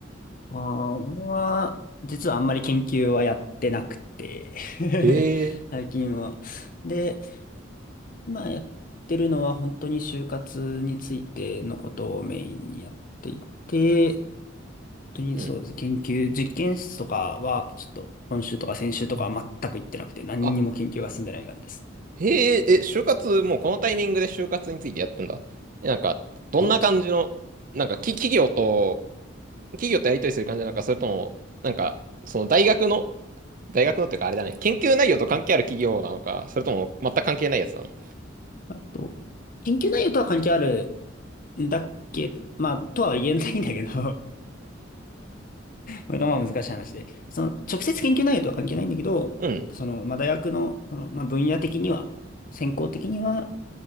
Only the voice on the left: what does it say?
あー、俺は、実はあんまり研究はやってなくて <laughs>
最近は。で、今やってるのは本当に就活についてのことをメインにやっていて、本当にそうです。
研究、実験室とかは、ちょっと今週とか先週とかは全く行ってなくて、何にも研究が進んでない感じですね。
そうです。
あと、研究内容とは関係あるだっけ、まあ、とは言えないんだけど <laughs> これがまあ難しい話で、その直接研究内容とは関係ないんだけど、
その、まあ、大学の、その、まあ、分野的には、専攻的には、